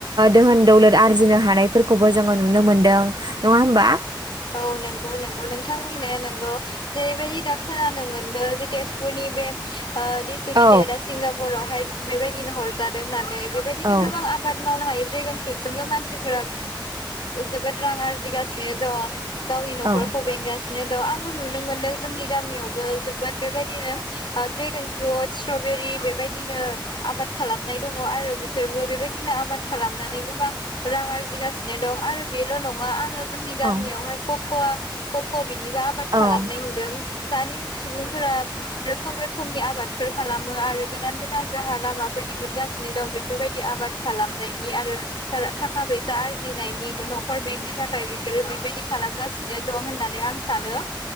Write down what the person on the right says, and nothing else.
दोहोन दौलद आरजिनो हानायफोरखौबो जोङो नुनो मोनदों नङा होमबा
औ
औ
औ
औ
औ